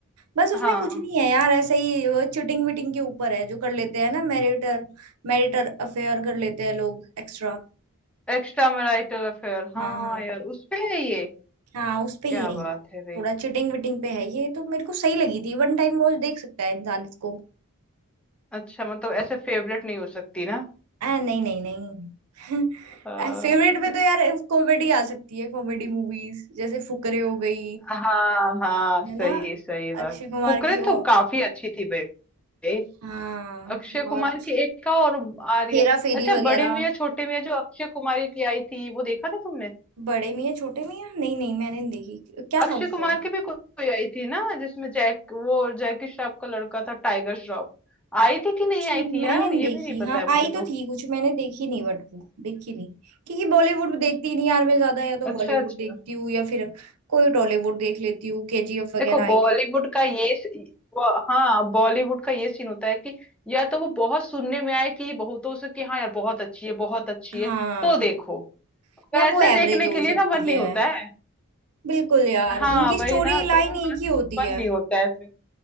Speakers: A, on the right; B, in the centre.
A: बस उसमें
B: हाँ
A: कुछ नहीं है यार ऐसे ही वो चिटिंग विटिंग के ऊपर है जो कर लेते हैं ना मैरिटर मैरिटर अफेयर कर लेते हैं लोग एक्स्ट्रा
B: एक्स्ट्रा मैरिटल अफेयर हाँ
A: हाँ हाँ
B: यार उसपे है ये
A: हाँ उस पे
B: क्या
A: ही है ये
B: बात है भाई
A: थोड़ा चिटिंग विटिंग पे है ये तो मेरे को सही लगी थी वन टाइम वॉच देख सकता है इंसान इसको
B: अच्छा मतलब ऐसे फेवरेट नहीं हो सकती ना
A: आ, नहीं नहीं नहीं
B: अ,
A: <laughs> फेवरेट में तो यार कॉमेडी आ सकती है कॉमेडी मूवीज जैसे फुकरे हो गई
B: हाँ हाँ
A: है
B: सही
A: ना
B: सही बात
A: अक्षय कुमार
B: फुकरे
A: की ओ
B: तो काफी अच्छी थी भाई
A: हाँ
B: अक्षय
A: बहुत
B: कुमार
A: अच्छी।
B: की एक का और आ रही
A: हेरा
B: है
A: फेरी
B: अच्छा
A: वगैरह
B: बड़े मियाँ छोटे मियाँ जो अक्षय कुमारी की आई थी वो देखा था तुमने
A: बड़े मियां छोटे मियां नहीं नहीं मैंने नहीं देखी क्या
B: अक्षय
A: था उसमें
B: कुमार की भी को- कोई आई थी ना जिसमें जैक वो जैकी श्रॉफ का लड़का था टाइगर श्रॉफ आई थी कि
A: अच्छा
B: नहीं आई
A: मैंने
B: थी यार
A: नहीं
B: ये
A: देखी
B: भी नहीं पता
A: हाँ
B: है मुझे
A: आई तो
B: तो
A: थी कुछ मैंने देखी नहीं बट वो देखी नहीं क्योंकि बॉलीवुड देखती ही नहीं यार मैं ज्यादा या तो
B: अच्छा
A: हॉलीवुड
B: अच्छा
A: देखती हूँ या फिर कोई टॉलीवुड देख लेती हूँ केजीएफ वगैरह
B: देखो
A: आई
B: बॉलीवुड
A: थी
B: का ये स- वो हाँ बॉलीवुड का ये सीन होता है कि या तो वो बहुत सुनने में आए कि बहुतों से कि हाँ यार बहुत अच्छी है बहुत अच्छी
A: हाँ
B: है तो देखो
A: या
B: वैसे
A: वो एवरेज
B: देखने
A: हो
B: के लिए
A: सकती
B: ना मन नहीं
A: है
B: होता है
A: बिल्कुल यार
B: हाँ
A: उनकी
B: वही
A: स्टोरी
B: ना तो
A: लाइन
B: वो मन
A: एक ही होती
B: मन
A: है
B: नहीं होता है फिर